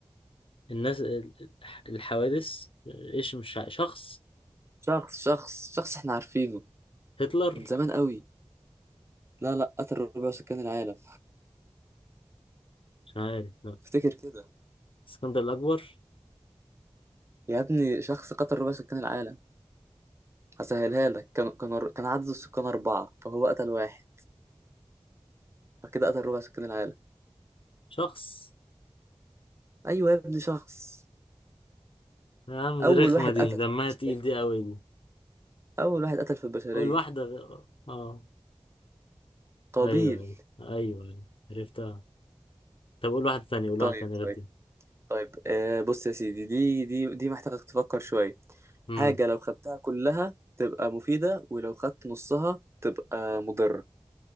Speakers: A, on the left; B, on the right.
A: الناس ال- الحوادث ايش مش ع- شخص
B: شخص شخص شخص احنا عارفينه
A: هتلر
B: من زمان قوي لا لا قتل ربع سكان العالم
A: مش عارف لا
B: افتكر كده
A: اسكندر الأكبر
B: يا ابني شخص قتل ربع سكان العالم هسهلها لك كان كان كان عدد السكان أربعة فهو قتل واحد فكده قتل ربع سكان العالم
A: شخص
B: أيوة يا ابني شخص
A: يا عم
B: أول
A: دي رخمة
B: واحد
A: دي
B: قتل
A: دمها
B: في البشرية
A: تقيل دي قوي دي
B: أول واحد قتل في البشرية
A: قول واحدة غ- اه آه،
B: قابيل
A: ايوه ايوه ايوه ايوه عرفتها طب قول واحدة تانية قول
B: طيب
A: واحدة تانية غير
B: طيب
A: دي
B: طيب آه بص يا سيدي دي دي دي محتاجك تفكر شوية
A: امم
B: حاجة لو خدتها كلها تبقى مفيدة ولو خدت نصها تبقى مضرة